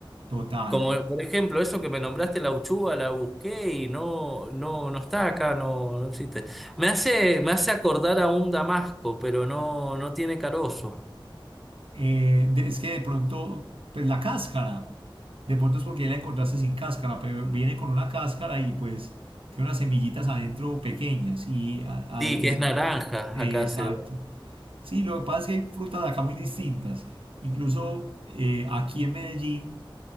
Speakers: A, on the right; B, in the centre.
A: Total.
B: Como por ejemplo, eso que me nombraste, la uchuva, la busqué y no, no, no está acá, no, no existe. Me hace, me hace acordar a un damasco, pero no, no tiene carozo.
A: Eh, de- es que de pronto, pues la cáscara, de pronto es porque ya la encontraste sin cáscara, pero viene con una cáscara y pues tiene unas semillitas adentro pequeñas y a- a-
B: Sí,
A: es,
B: que es naranja,
A: eh,
B: acá
A: exacto.
B: se
A: Sí, lo que pasa es que hay frutas acá muy distintas. Incluso eh, aquí en Medellín